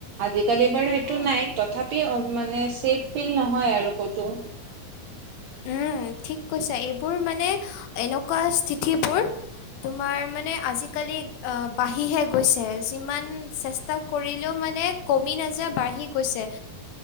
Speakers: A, on the right; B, on the left.
A: আজি-কালি বাৰু সেইটো
B: অ'।
A: নাই তথাপি মানে চেফ ফিল নহয় আৰু কতো।
B: উম ঠিক কৈছা এইবোৰ মানে এনেকুৱা স্থিতিবোৰ তোমাৰ মানে আজিঢ-কালি আ বাঢ়িহে গৈছে যিমান চেষ্টা কৰিলেও মানে কমি নাযায় বাঢ়ি গৈছে।